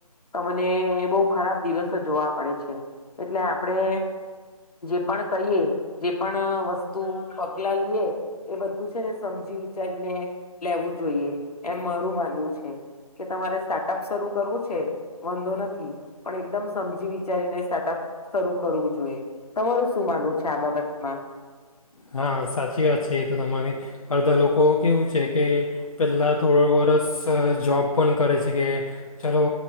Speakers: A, on the left; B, on the left.
A: તમને બોવ ખરાબ દિવસો જોવા પડે છે, એટલે આપડે જે પણ કહીએ જે પણ વસ્તુ પ પગલા લઈએ એ બધું જ છેને સમજી વિચારીને લેવું જોઈએ એમ મારું માનવું છે, કે તમારે સ્ટાર્ટઅપ શરૂ કરવું છે વાંધો નથી પણ એકદમ સમજી વિચારીને સ્ટાર્ટઅપ શરૂ કરવું જોઈએ, તમારું શું માનવું છે આ બાબતમાં?
B: હા સાચી વાત છે એ તો તમારી અડધા લોકો કેવું છે કે પહેલાં થોડું વરસ જોબ પણ કરે છે કે, ચાલો